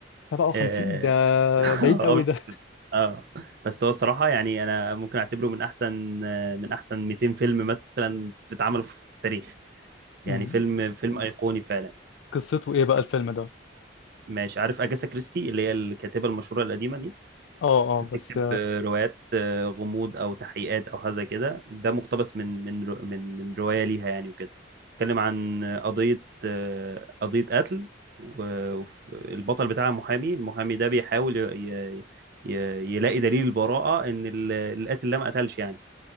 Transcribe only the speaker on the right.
اه
<laughs>
ابيض
وأسود. اه بس هو الصراحة يعني انا ممكن اعتبره من احسن آه، من احسن 200 فيلم مثلا في اتعملوا في التاريخ
يعني فيلم فيلم ايقوني فعلا
ماشي عارف أجاسا كريستي اللي هي الكاتبة المشهورة القديمة دي
بتكتب
روايات آه، غموض او تحقيقات او حاجه زي كده ده مقتبس من من رو- من من روايه ليها يعني وكده بتتكلم عن قضيه آه، قضيه قتل والبطل بتاعها محامي المحامي ده بيحاول ي- ي- ي- يلاقي دليل البراءه ان ال- القاتل ده ما قتلش يعني